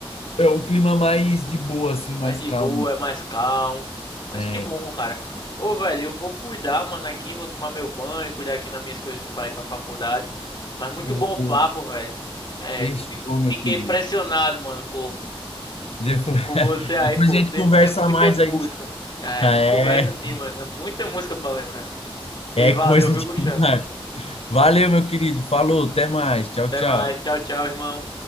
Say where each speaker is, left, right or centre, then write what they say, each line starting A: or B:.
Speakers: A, on the left; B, on the left.
A: É o clima mais de boa, assim, mais
B: mais de
A: calmo.
B: boa, é mais calmo. Mas
A: É,
B: que bom, cara. Ô, velho, eu vou cuidar, mano, aqui, vou tomar meu banho, cuidar aqui nas minhas coisas para ir pra faculdade. Mas muito
A: O,
B: bom o
A: o
B: papo, velho. É,
A: Sextou,
B: fi-
A: meu
B: fiquei
A: querido.
B: impressionado, mano, com,
A: Depois, <laughs>
B: com você aí,
A: depois
B: pô.
A: a gente
B: Você-
A: conversa
B: É muita
A: mais
B: música.
A: aí.
B: Ah, É,
A: É,
B: a gente conversa assim, mano. É muita música pra lembrar. E
A: é
B: valeu,
A: coisa
B: viu,
A: <laughs>
B: Gustavo?
A: demais. Valeu, meu querido. Falou, até mais. Tchau,
B: Até
A: tchau.
B: mais. Tchau, tchau, irmão.